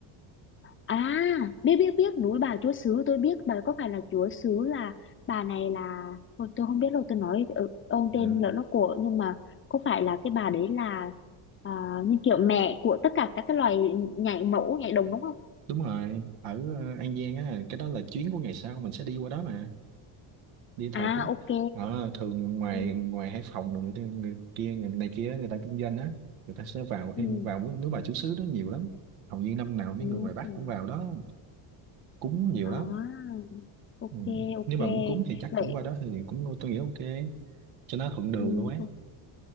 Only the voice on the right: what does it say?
Ờ,
đúng rồi ở ờ, An Giang á cái đó là chuyến của ngày sau mình sẽ đi qua đó mà đi thờ
cúng
ở thường ngoài
ngoài Hải Phòng rồi người, ta- người kia người này kia người ta kinh doanh á người ta sẽ vào
hay vào nước nước bà chú xứ đó nhiều lắm hầu như năm nào mấy
người ngoài Bắc cũng vào đó cúng nhiều
lắm
ừ.
nếu mà muốn cúng thì chắc
cũng qua đó thì cũng tôi nghĩ ok cho nó thuận đường
luôn ấy